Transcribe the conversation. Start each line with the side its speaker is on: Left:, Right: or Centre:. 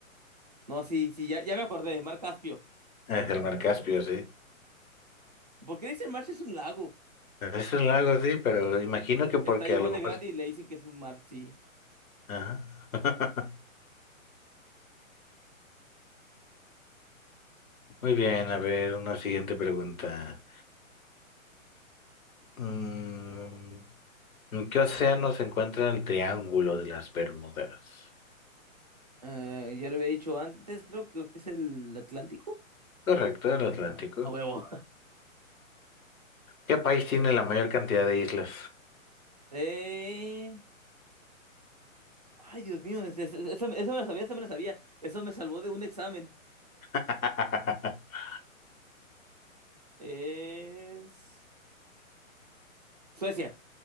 Right: no, sí, sí, ya, ya me acordé, Mar Caspio.
Left: Es el mar Caspio, sí.
Right: ¿Por qué le dicen mar si es un lago?
Left: Es un lago, sí, pero imagino que porque
Right: Está igual
Left: a lo mejor...
Right: de grande y le dicen que es un mar, sí.
Left: Ajá. <laughs> Muy bien, a ver, una siguiente pregunta. Mm, ¿en qué océano se encuentra el Triángulo de las Bermudas?
Right: Eh, ya lo había dicho antes, creo, creo que es el Atlántico.
Left: Correcto, el Atlántico.
Right: Ah, a huevo. <laughs>
Left: ¿Qué país tiene la mayor cantidad de islas?
Right: Eh, Ay, Dios mío, es- es- esa, esa me la sabía, esa me la sabía. Eso me salvó de un examen.
Left: <laughs>
Right: Es Suecia,